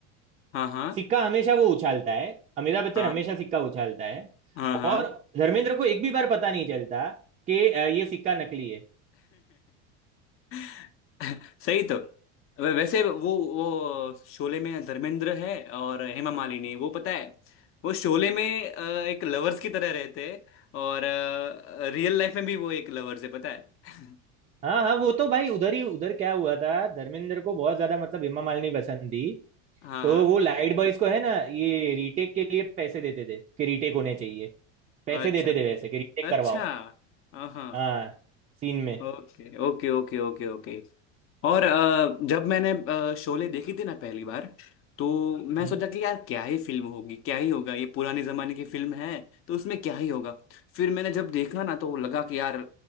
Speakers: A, on the left; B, on the right.
A: हाँ हाँ
B: सिक्का हमेशा वो उछालता है अमिताभ बच्चन
A: हाँ
B: हमेशा सिक्का उछालता है
A: हाँ हाँ
B: और धर्मेंद्र को एक भी बार पता नहीं चलता कि अ, ये सिक्का नकली है
A: <laughs> सही तो वै- वैसे वो वो शोले में धर्मेंद्र है और हेमा मालिनी वो पता है वो शोले में अ, एक लवर्स की तरह रहते हैं और रियल लाइफ में भी वो एक लवर्स है पता है <laughs>
B: हाँ हाँ वो तो भाई उधर ही उधर क्या हुआ था धर्मेंद्र को बहुत ज्यादा मतलब हेमा मालिनी पसंद थी
A: हाँ
B: तो वो लाइट बॉयज को है ना ये रीटेक के लिए पैसे देते थे कि रीटेक होने चाहिए पैसे
A: अच्छा
B: देते थे वैसे कि रीटेक
A: अच्छा
B: करवाओ
A: हाँ हाँ
B: हाँ सीन में
A: Okay okay okay okay okay और अ, जब मैंने अ, शोले देखी थी ना पहली बार तो मैं
B: हम्म
A: सोचा कि यार क्या ही फिल्म होगी क्या ही होगा ये पुराने जमाने की फिल्म है तो उसमें क्या ही होगा फिर मैंने जब देखा ना तो लगा कि यार